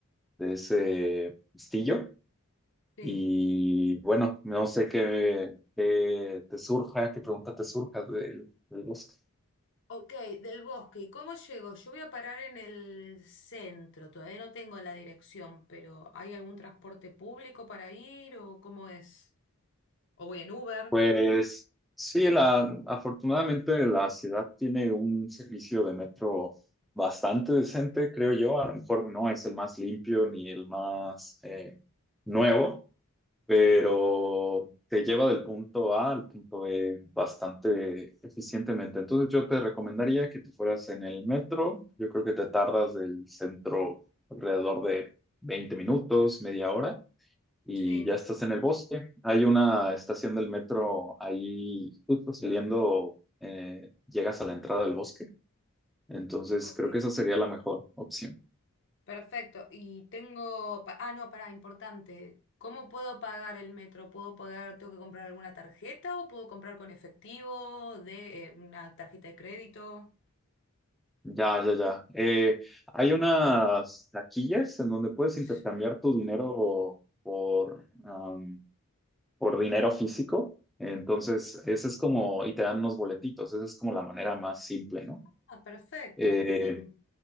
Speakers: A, in the centre; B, on the left.
A: de ese castillo.
B: sí.
A: Y bueno, no sé qué, qué te surja, qué pregunta te surja del, del bosque.
B: Ok, del bosque. ¿Y cómo llego? Yo voy a parar en el centro. Todavía no tengo la dirección, pero ¿hay algún transporte público para ir o cómo es? ¿O voy en Uber?
A: Pues sí, la, afortunadamente la ciudad tiene un servicio de metro bastante decente, creo yo. A lo mejor no es el más limpio ni el más eh, nuevo, pero
B: Sí,
A: te lleva del punto A al punto B bastante eficientemente. Entonces yo te recomendaría que tú fueras en el metro. Yo creo que te tardas del centro alrededor de 20 minutos, media hora, y
B: sí.
A: ya estás en el bosque. Hay una estación del metro ahí justo saliendo, eh, llegas a la entrada del bosque. Entonces
B: Ok.
A: creo que esa sería la mejor opción.
B: Perfecto. Y tengo... pa- Ah, no, pará, importante. ¿Cómo puedo pagar el metro? ¿Puedo pagar, tengo que comprar alguna tarjeta o puedo comprar con efectivo de eh, una tarjeta de crédito?
A: Ya, ya, ya. Eh, hay unas taquillas en donde puedes
B: S-
A: intercambiar tu dinero por, am, por dinero físico. Entonces, ese es como, y te dan unos boletitos, esa es como la manera más simple, ¿no?
B: Ah, perfecto.
A: Eh,
B: Ni-